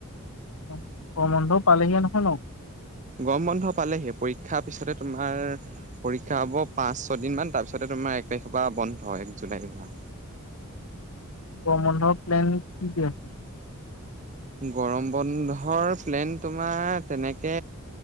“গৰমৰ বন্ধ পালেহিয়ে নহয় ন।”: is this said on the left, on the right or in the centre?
Left